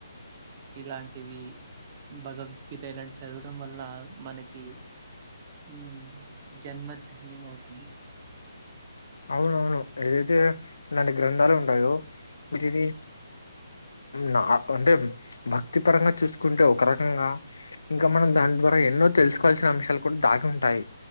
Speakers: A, on the right; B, on the left.
A: ఇలాంటివి భగవద్గీత ఇలాంటివి చదవడం వల్ల మనకి మ్ జన్మధన్యమౌతది
B: అవునవును ఏదైతే ఇలాంటి గ్రంథాలు ఉంటాయో విటిని నా అంటే భక్తి పరంగా చూసుకుంటే ఒక రకంగా ఇంకా మనం దాన్ ద్వారా ఎన్నో తెలుసుకోవాల్సిన అంశాలు కూడా దాగి ఉంటాయి